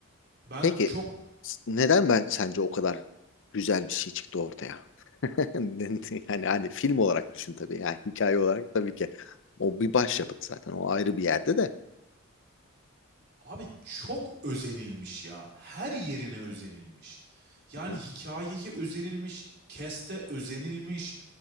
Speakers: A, on the right; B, on the left.
A: ben
B: Peki
A: çok
B: s- neden ben sence o kadar güzel bir şey çıktı ortaya? <laughs> Yani hani film olarak düşün tabii yani hikaye olarak tabii ki o bir başyapıt zaten o ayrı bir yerde de.
A: abi çok özenilmiş ya. Her yerine özenilmiş. Yani
B: Hı hı,
A: hikayeye özenilmiş, keste özenilmiş,